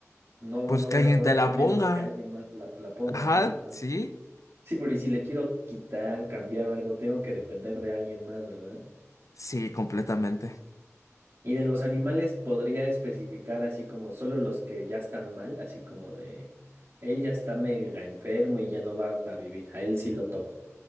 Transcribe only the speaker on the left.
Pues
que
alguien
te la
ponga.
Ajá,
sí.
Sí, completamente.